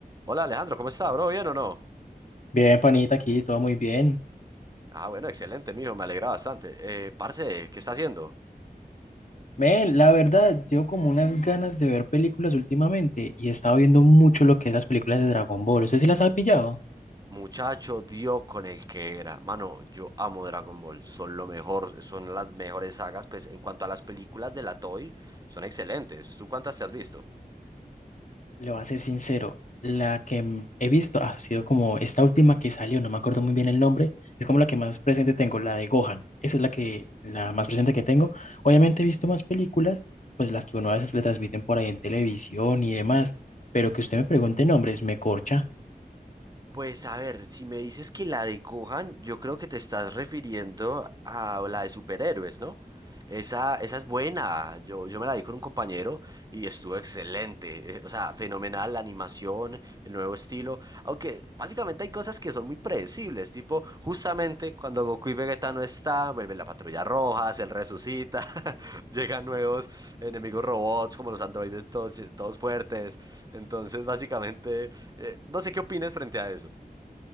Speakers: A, on the right; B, on the left.
A: Hola Alejandro, ¿cómo está, bro? ¿Bien o no?
B: Bien, panita, aquí todo muy bien.
A: Ah, bueno, excelente, mijo, me alegra bastante. Eh, parce, ¿qué está haciendo?
B: Ven, la verdad, llevo como unas ganas de ver películas últimamente y he estado viendo mucho lo que es las películas de Dragon Ball. ¿Usted sí las ha pillado?
A: Muchacho, dio con el que era. Mano, yo amo Dragon Ball, son lo mejor, son las mejores sagas, pues en cuanto a las películas de la Toei, son excelentes. ¿Tú cuántas te has visto?
B: Le voy a ser sincero, la que m- he visto ha sido como esta última que salió, no me acuerdo muy bien el nombre, es como la que más presente tengo, la de Gohan. Esa es la que, la más presente que tengo. Obviamente he visto más películas, pues las que uno a veces le transmiten por ahí en televisión y demás, pero que usted me pregunte nombres, me corcha.
A: Pues a ver, si me dices que la de Gohan, yo creo que te estás refiriendo a la de superhéroes, ¿no? Esa, esa es buena. Yo, yo me la vi con un compañero y estuvo excelente. Eh, O sea, fenomenal la animación, el nuevo estilo. Aunque básicamente hay cosas que son muy predecibles. Tipo, justamente cuando Goku y Vegeta no están, vuelve la patrulla roja, se resucita, <laughs> llegan nuevos enemigos robots como los androides todos, todos fuertes. Entonces, básicamente, eh, no sé qué opines frente a eso.